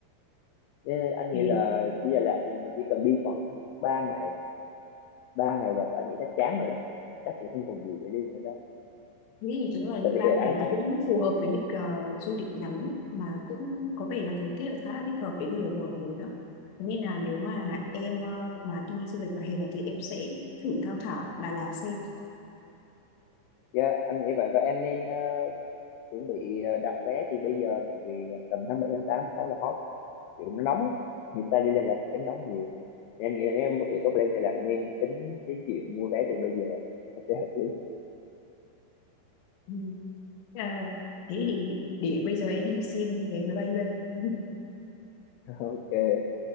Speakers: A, on the left; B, on the left.
A: nên anh nghĩ
B: thế
A: là đi Đà Lạt thì mình chỉ cần đi khoảng ba ngày ba ngày là anh nghĩ chắc chán rồi đó chắc cũng không còn gì để đi nữa đâu
B: Thế thì nếu là đi
A: tại vì
B: bang này
A: anh anh
B: thì cũng phù hợp với lịch ờ, du lịch ngắn mà cũng có vẻ là thời tiết khá là thích hợp để đi vào mùa hè nữa. Thế nên là nếu mà em ờ, mà đi du lịch vào hè này thì em sẽ thử tham khảo Đà Lạt xem.
A: yeah, anh nghĩ vậy và em nên ờ, chuẩn bị ờ, đặt vé từ bây giờ tại vì ờ, tầm tháng 7 tháng 8 khá là hot kiểu nó nóng ấy người ta đi liên lạc tính nóng nhiều nên em nghĩ là nếu em có thể có plan liên lạc nên tính đến chuyện mua vé từ bây giờ nó sẽ hợp lý
B: Ừ. Ờ, thế thì để bây giờ em đi xem vé máy bay luôn. <laughs>
A: <laughs> ok